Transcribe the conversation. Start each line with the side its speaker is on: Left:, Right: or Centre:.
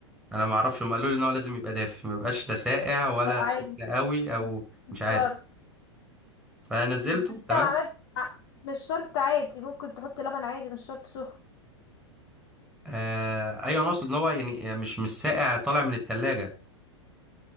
Centre: انا ما اعرفش هم قالوا لي ان هو لازم يبقى دافي ما يبقاش لا ساقع ولا
Left: لا عادي
Centre: سخن قوي او
Left: مش
Centre: مش عارف
Left: شرط
Centre: فنزلته
Left: انت
Centre: تمام
Left: لو عملت ع- مش شرط عادي ممكن تحط لبن عادي مش شرط سخن
Centre: آه ايوه انا اقصد ان هو يعني مش مش ساقع طالع من التلاجة